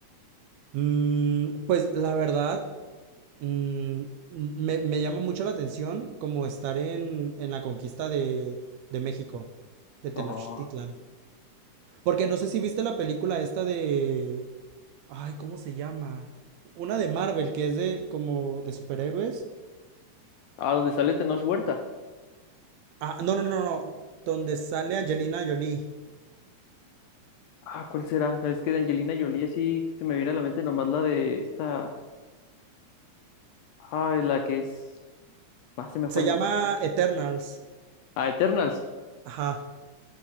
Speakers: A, on the right; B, on the left.
A: Mm, pues la verdad... Mm, me, me llama mucho la atención como estar en, en la conquista de, de México, de Tenochtitlan.
B: O
A: Porque no sé si viste la película esta de... Ay, ¿cómo se llama? Una de Marvel, que es de como de superhéroes.
B: a donde sale Tenoch Huerta.
A: Ah, no, no, no, no. Donde sale Angelina Jolie.
B: Ah, ¿cuál será? Es que de Angelina Jolie sí se me viene a la mente nomás la de esta. ah, la que es. Ah, se me fue
A: Se
B: el
A: llama
B: nombre.
A: Eternals.
B: Ah, Eternals.
A: Ajá.